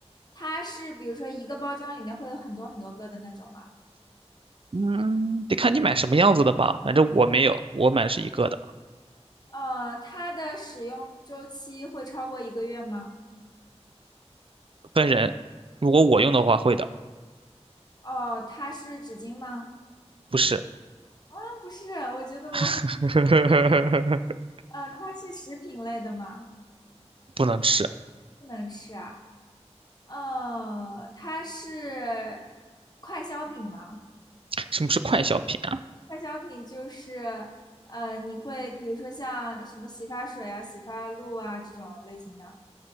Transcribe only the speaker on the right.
嗯，得看你买什么样子的吧，反正我没有，我买的是一个的，
分人，如果我用的话会的，
不是，
<laughs>
不能吃，
什么是快消品啊？